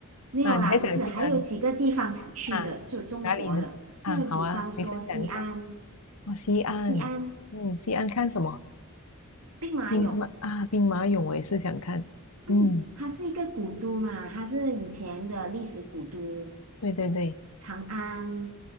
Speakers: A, on the right; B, on the left.
A: 没有啦，
B: 啊？你还想去哪里？
A: 不是，还有几个地方想去的，
B: 啊，
A: 就中国的，
B: 哪里呢？啊，
A: 那比方说西安，
B: 好啊，你分享一下。哦，西安，
A: 西安
B: 嗯，西安看什么？
A: 兵马俑，
B: 兵马啊，兵马俑，我也是想看。
A: 嗯，
B: 嗯，
A: 它是一个古都嘛，它是以前的历史古都，
B: 对对对，
A: 长安。